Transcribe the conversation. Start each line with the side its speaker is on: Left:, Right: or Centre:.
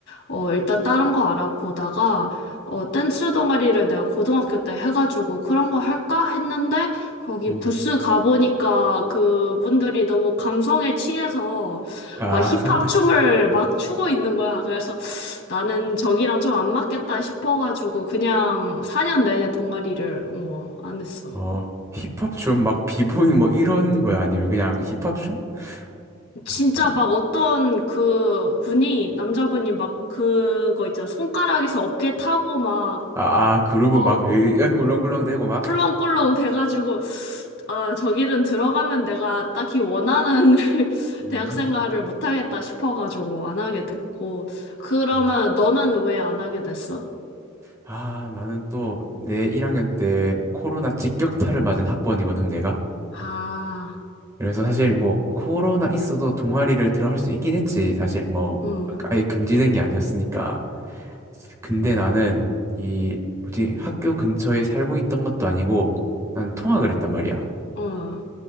Left: 어, 일단 다른 거 알아보다가, 어, 댄스 동아리를 내가 고등학교 때 해가지고, 그런 거 할까 했는데, 거기
Right: 음.
Left: 부스 가보니까 그분들이 너무 감성에 취해서
Right: 아,
Left: 막 힙합 춤을
Right: <laughs>
Left: 막 추고 있는 거야. 그래서 나는 저기랑 좀 안 맞겠다 싶어가지고 그냥 4년 내내 동아리를 어, 안 했어.
Right: 어, 힙합 춤, 막 비보잉 뭐 이런 거야? 아니면 그냥 힙합 춤?
Left: 진짜
Right: 힙합?
Left: 막 어떤 그 분이, 남자분이 막 그거 있잖아. 손가락에서 어깨 타고 막
Right: 아, 아 그루브
Left: 어,
Right: 막 으, 꿀렁꿀렁 대고 막.
Left: 꿀렁꿀렁 돼가지고 아 저기는 들어가면 내가 딱히 원하는 <laughs>
Right: 음.
Left: 대학 생활을 못하겠다 싶어가지고 안 하게 됐고. 그러면
Right: 음.
Left: 너는 왜 안 하게 됐어?
Right: 아, 나는 또 내 1학년 때 코로나 직격탄을 맞은 학번이거든, 내가.
Left: 아,
Right: 그래서 사실 뭐 코로나 있어도 동아리를 들어갈 수 있긴 했지. 사실 뭐
Left: 응..
Right: 아예 금지된 게 아니었으니까. 근데 나는 이 뭐지 학교 근처에 살고 있던 것도 아니고 난 통학을 했단 말이야.
Left: 응..